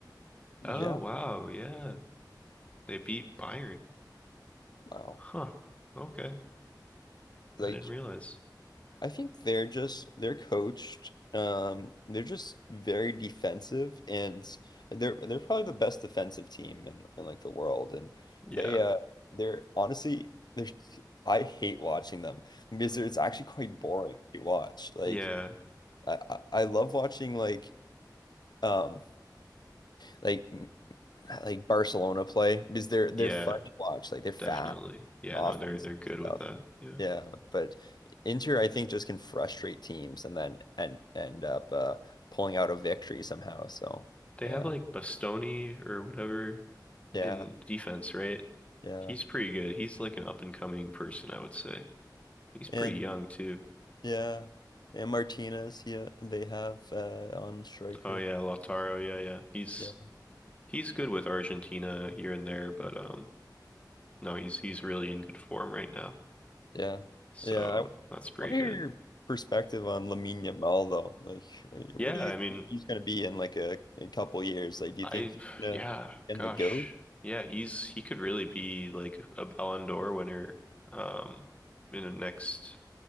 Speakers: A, on the left (about 65°); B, on the left (about 15°).
A: yeah,
B: Oh, wow. Yeah.
A: yeah,
B: They beat Bayern.
A: wow.
B: Huh. Okay.
A: Like
B: I didn't realize.
A: I think they're just they're coached. Um, they're just very defensive, and they're they're probably the best defensive team in, in like the world. And
B: Yeah.
A: they uh they're honestly they're s- I hate watching them because it's actually quite boring to watch. Like
B: Yeah.
A: I I I love watching like um like like Barcelona play because they're they're
B: Yeah.
A: fun to watch. Like they're fast
B: Definitely. Yeah,
A: offensive
B: no, they're they're good
A: stuff.
B: with that. Yeah.
A: Yeah, but Inter, I think, just can frustrate teams and then and end up uh, pulling out a victory somehow. So
B: They
A: yeah,
B: have like Bastoni or whatever
A: yeah,
B: in defense, right?
A: yeah,
B: He's pretty good. He's like an up and coming person, I would say. He's pretty
A: and
B: young too.
A: yeah, and Martinez, yeah, they have uh, on striker.
B: Oh yeah, Lautaro. Yeah, yeah. He's
A: Yeah,
B: he's good with Argentina here and there, but um no, he's he's really in good form right now.
A: yeah,
B: So
A: yeah. I
B: that's pretty
A: want to
B: good.
A: hear your perspective on Lamine Yamal though. Like,
B: Yeah,
A: where do you
B: I
A: think
B: mean,
A: he's going to be in like a, a couple years? Like, do you
B: I,
A: think he's
B: <sighs>
A: gonna
B: yeah,
A: end
B: gosh.
A: the GOAT?
B: Yeah, he's, he could really be like a Ballon d'Or winner, um, in the next,